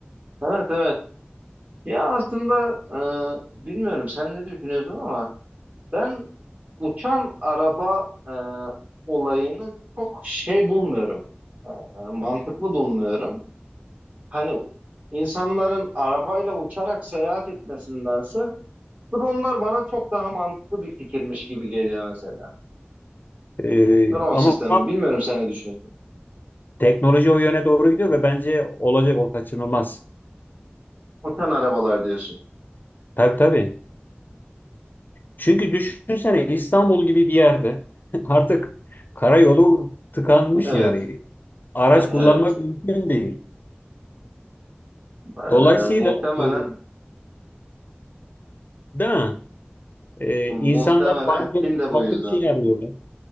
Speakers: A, on the right; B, on the left.
A: Evet evet. Ya aslında e, bilmiyorum sen ne düşünüyorsun ama ben uçan araba e, olayını çok şey bulmuyorum. E, mantıklı bulmuyorum. Hani insanların arabayla uçarak seyahat etmesindense Dronlar bana çok daha mantıklı bir fikirmiş gibi geliyor mesela.
B: E,
A: Drone
B: ama
A: sistemi. Bilmiyorum sen ne düşünüyorsun.
B: Teknoloji o yöne doğru gidiyor ve bence olacak o kaçınılmaz.
A: Uçan arabalar diyorsun.
B: Tabii tabii. Çünkü düşünsene İstanbul gibi bir yerde <laughs> artık karayolu tıkanmış
A: Evet.
B: yani. Araç
A: <laughs> Evet.
B: kullanmak mümkün değil.
A: Ee,
B: Dolayısıyla
A: muhtemelen
B: e, değil mi? E, insanlar
A: muhtemelen
B: farklı
A: Çin de bu
B: farklı
A: yüzden.
B: bir şey arıyorlar.